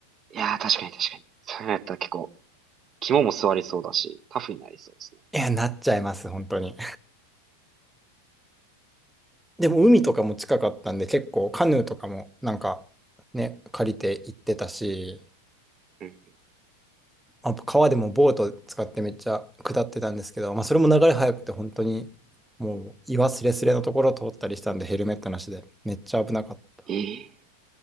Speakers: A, on the right (about 30°); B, in the centre.
A: いやー、確かに確かに。それやったら結構、肝も座りそうだし、タフになりそうですね。
B: いや、なっちゃいます、本当に。でも海とかも近かったんで、結構カヌーとかもなんかね、借りて行ってたし、
A: うん。
B: まあ、川でもボート使ってめっちゃ下ってたんですけど、まあ、それも流れ速くて本当にもう岩すれすれのところを通ったりしたんでヘルメットなしでめっちゃ危なかった。
A: ええ